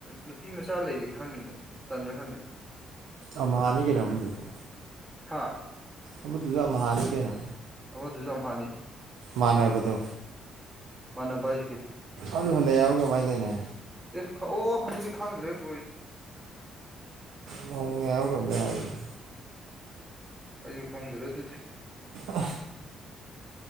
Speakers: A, on the right; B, on the right.
A: ꯅꯨꯄꯤꯆꯥ ꯆꯆꯥ ꯂꯩꯔꯤ ꯈꯪꯉꯤꯅꯤ ꯇꯟꯗ꯭ꯔꯥ ꯈꯪꯗꯦ
B: ꯑꯝꯍꯥꯅꯤ ꯀꯩꯅꯣ ꯃꯗꯨꯖꯨ
A: ꯍꯥꯥ
B: ꯑꯃꯗꯨꯁꯨ ꯑꯝ ꯍꯅꯤ ꯀꯩꯅꯣ
A: ꯑꯃꯗꯨꯁꯨ ꯑꯝ ꯍꯥꯅꯦꯗꯤ
B: ꯃꯥꯟꯅꯕꯗꯣ
A: ꯃꯥꯥꯟꯅꯕ ꯍꯥꯏꯖꯦ ꯀꯩꯅꯣ
B: ꯑꯗꯨ ꯍꯜꯂꯛꯑꯦ ꯍꯥꯏꯕ ꯀꯃꯥꯏꯅ ꯇꯧꯅꯤ
A: ꯑꯦ ꯈ ꯑꯣ ꯑꯗꯨꯗꯤ ꯈꯪꯗ꯭ꯔꯦ ꯕꯣꯏ
B: ꯃꯧꯅꯦ ꯍꯥꯏꯕꯔ ꯀꯩꯅꯣꯝꯗꯤ ꯍꯥꯏꯕꯅꯦ
A: ꯑꯩꯁꯨ ꯈꯪꯗ꯭ꯔꯦ ꯑꯗꯨꯗꯤ
B: ꯑ